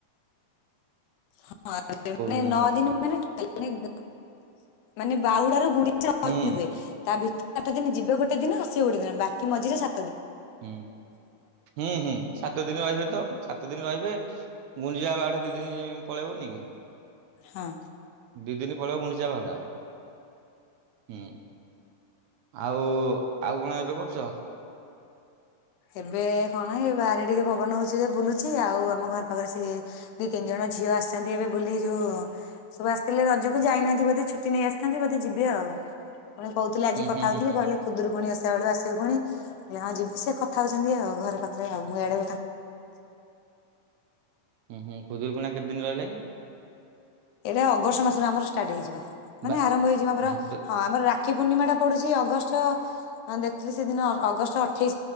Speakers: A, on the left (about 75°); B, on the right (about 75°).
A: ହଁ ନଅ
B: ହୁଁ
A: ଦିନ ମାନେ <unintelligible> ମାନେ ବାହୁଡ ର ଗୁଡି
B: ହୁଁ
A: ହୁଏ ତା ଭିତରେ ସଠ ଦିନ ଯିବ ଗୋଟେ ଦିନ ଆସିବେ ଗୋେ ଦିନ ବାକ ମଝିରେସଆ
B: ହୁଁ ହୁଁ ହୁଁ ସାତ ଦିନ ରହିବେ ତ ସାତ ଦିନ ରହିବେ। ଗୁଞ୍ଜିା ଆଠ ଦି ଦିନ ପଳେଇବନି କି।
A: ହଁ।
B: ଦି ଦିନ ପଳିବ ଗୁଣ୍ଡିଯା ଭଡା ହୁଁ। ଆଉ ଆଉ କଣ ଏବେ କରୁଛ।
A: ଏବେ କଣ ଏ ବାହାରେ ଟିକେ ପବନ ହଉଛି ବୁଲୁଛି ଆଉ ଆମ ଘର ପାଖରେ ସେ ଦି ତିନି ଜଣ। ଝିଅ ଆସିନ୍ତି ଏବେ ବୁଲି ଯୋଉ ସବୁ ଆସିଥିଲେ ରଜକୁ ଯାଇନାହାନ୍ତି ବୋଧେ ଛୁଟି ନେଇ ଆସିଥା ବୋଧେ ଯିବେ ଆଉ। ପୁଣି କହୁଥିଲେ ଆଜି
B: ହୁଁ
A: କଥା
B: ହୁଁ
A: ହଉଥିଲି
B: ହୁଁ ହୁଁ
A: କହିଲେ ଖୁଦରୁ ପୁଣି ଆସିଲା ବେୁ ଆସିବୁ ପୁଣି କିଲ ହଁ ଯିବି ସେ କଥା। ଥାାଉଛନ୍ତି ଆଉ ଘର ପାଖରେ ଆଉ ମୁଁ ଆଆଡେ।
B: ହ ହଁ ହୁଁ ହୁଁ ଖୁଜୁର ପଣା କେତେ ଦିନ ରହିଲା କି।
A: ଏଇଟା ଅଗଷ୍ଟ ମାସରେ ଆମର ଷ୍ଟାର୍ଟ ହେଇଯିବ। ମାନେ
B: ବା
A: ଆରମ୍ଭ ହେଇଯିବ ଆମର
B: ଭାଦ୍ର
A: ହଁମର ରାକ୍ଷୀ ପୂର୍ଣ୍ଣିମା ଟା ପଡୁଛି। ଅଗଷ୍ଟ ଦେଖଥିଲି ସେଦିନ ଅଗଷ୍ଟ ଅଠେଇ